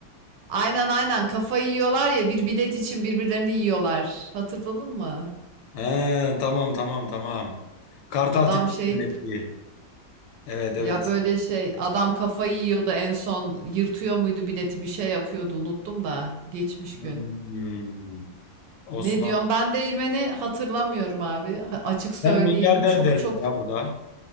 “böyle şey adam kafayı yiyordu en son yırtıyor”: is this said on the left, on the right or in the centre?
Right